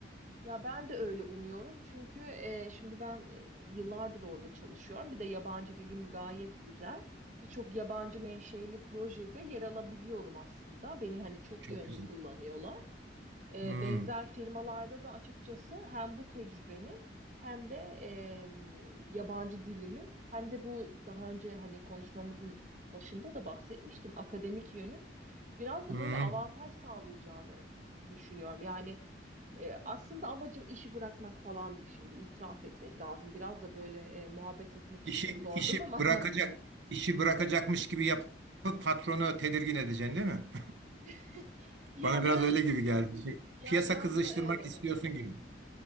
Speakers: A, on the right (about 40°); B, on the right (about 80°).
A: Ya ben de öyle umuyorum çünkü e, şimdi ben e, yıllardır orada çalışıyorum. Bir de yabancı dilim gayet güzel. Birçok yabancı menşeli projede yer alabiliyorum aslında. Beni hani çok
B: Çok
A: yönlü
B: güzel.
A: kullanıyorlar. E,
B: Hmm,
A: benzer firmalarda da açıkçası hem bu tecrübenin hem de e, yabancı dilimin hem de bu daha önce hani konuşmamızın başında da bahsetmiştim akademik yönün biraz da
B: hmm.
A: böyle avantaj sağlayacağını düşünüyorum. Yani e, aslında amacım işi bırakmak falan değil şimdi itiraf etmek lazım. Biraz da böyle e, muhabbet etmek için
B: İşi,
A: sordum
B: işi
A: ama
B: bırakacak, işi bırakacakmış gibi yapıp patronu tedirgin edeceksin değil mi? <laughs>
A: <laughs> ya
B: Bana biraz
A: biraz
B: öyle gibi geldi. Şey,
A: ya
B: piyasa
A: biraz
B: kızıştırmak
A: da öyle olur.
B: istiyorsun gibi.